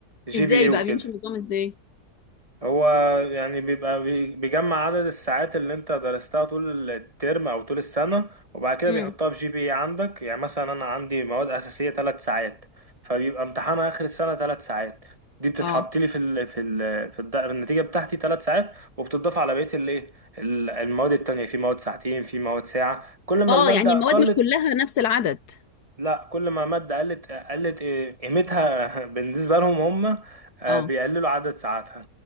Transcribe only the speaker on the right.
جي
بي اي وكده
هو يعني بيبقى بي- بيجمع عدد الساعات اللي انت درستها طول الترم او طول السنة وبعد كده
بيحطها في جي بي اي عندك يعني مثلا انا عندي مواد اساسية ثلاث ساعات فبيبقى امتحانها اخر السنة ثلاث ساعات دي بتتحط
لي في ال في ال في الد- النتيجة بتاعتي ثلاث ساعات وبتضاف على بقية الايه ال- المواد التانية في مواد ساعتين في مواد ساعة كل ما
المادة
قلت
لا كل ما مادة قلت قلت قيمتها <laughs> بالنسبة لهم هم آه،
بيقللوا عدد ساعاتها